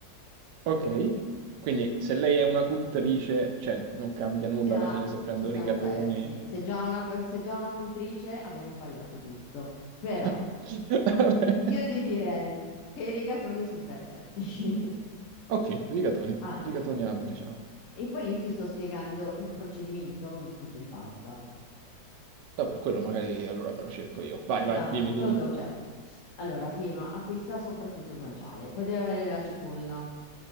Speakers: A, on the right; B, on the left.
A: Ok, quindi se lei è una cultrice, cioè non cambia nulla
B: Già
A: alla fine se prendo
B: ci siamo
A: rigatoni.
B: persi. Se già una, co- se già una cultrice abbiamo sbagliato tutto. Però
A: <laughs> Vabbè.
B: io ti direi che i rigatoni sono perfetti. <laughs>
A: Ok, rigatoni,
B: Ah, ok.
A: rigatoni alla matriciana.
B: E poi io ti sto spiegando il procedimento, non il tipo di pasta.
A: Vabbè, quello magari allora me lo cerco io. Vai, vai,
B: Va
A: dimmi,
B: bene, quello
A: dimmi.
B: te lo cerchi. Allora, prima acquista soprattutto il guanciale, poi deve avere della cipolla,